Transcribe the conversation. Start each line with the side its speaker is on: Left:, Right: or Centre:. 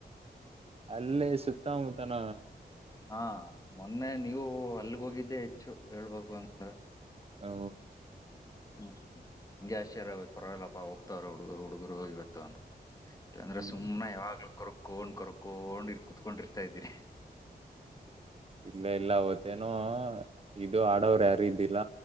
Right: ಅಲ್ಲೇ ಸಕ್ುತ್ತ ಮೂತಾನ.
Left: ಹಾ ಮೊನ್ನೆ ನೀವು ಅಲ್ಲಿಗೋಗಿದ್ದೆ ಹೆಚ್ಚು ಹೇಳ್ಬೇಕು ಅಂದ್ರ.
Right: ಓ
Left: ಹ್ಮ ಗ್ಯಾಸ್ರ್ ಪರವಾಗಿಲ್ಲಪ್ಪ ಹೋಗ್ತವ ಹುಗ ಹುಡುಗರು ಇವತ್ತಂತ ಇಲ್ಲಾಂದ್ರೆ
Right: ಹ್ಮ
Left: ಸುಮ್ನೆ ಯಾವಾಗ್ಲೂ ಗರು ಕೋೊಂಡ್ ಕರ್ಕೋೊಂಡ್ ಇರ್ ಕುೂತ್ಕೊಂಡಿರ್ತಾ ಇದ್ದೀರಿ
Right: ಇಲ್ಲ ಇಲ್ಲ ಅವತ್ತೇನುೋ ಇದು ಆಡೋರು ಯಾರ ಇದಿಲ್ಲ